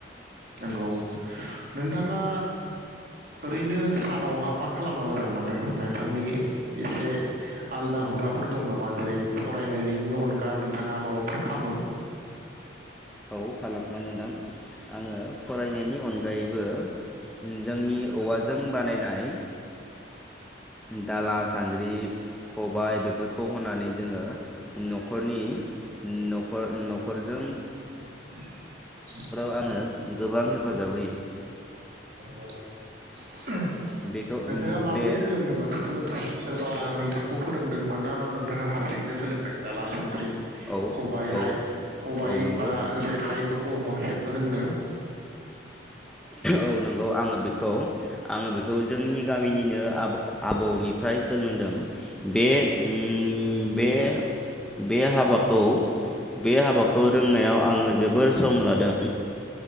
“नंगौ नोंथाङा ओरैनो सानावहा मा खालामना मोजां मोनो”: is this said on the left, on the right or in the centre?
Right